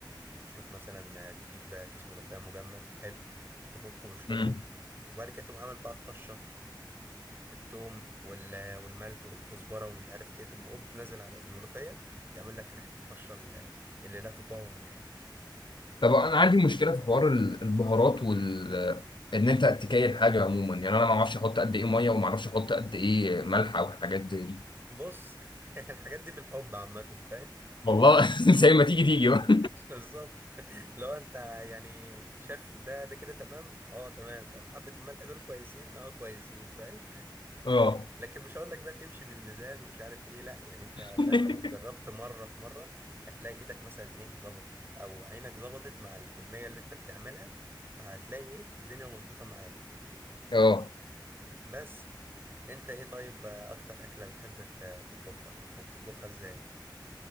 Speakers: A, on the right (about 25°); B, on the left (about 75°).
A: تشوف مثلا آه، تجيب كيس ملوخية مجمد حلو تفكه بالشوربة
B: امم
A: وبعد كده تقوم عامل بقى الطشة التوم وال- والملح والكزبرة ومش عارف ايه تقوم هوب نازل على الملوخية يعمل لك ريحة الطشة اللي اللي لا تقاوم دي
B: طب انا عندي مشكله في حوار ال- البهارات وال ان انت تكايل حاجه عموما يعني انا ما اعرفش احط قد ايه ميه وما اعرفش احط قد ايه ملح او حاجات زي دي
A: بص <laughs> الحاجات دي بالحب عامة فاهم
B: والله <laughs> زي ما تيجي تيجي بقى
A: <laughs> بالظبط لو انت يعني شاف ده ده كده تمام اه تمام فاهم حبة الملح دول كويسين اه كويسين فاهم
B: اه
A: لكن مش هقول لك بقى تمشي بالميزان ومش عارف ايه لا يعني انت
B: <laughs>
A: فاهم لو جربت مره في مره هتلاقي ايدك مثلا ايه ظبطت او عينك ظبطت مع الكميه اللي انت بتعملها فهتلاقي ايه الدنيا مظبوطه معاك
B: اه
A: بس انت ايه طيب آه، اكتر اكله بتحب ت- تطبخها وبتطبخها ازاي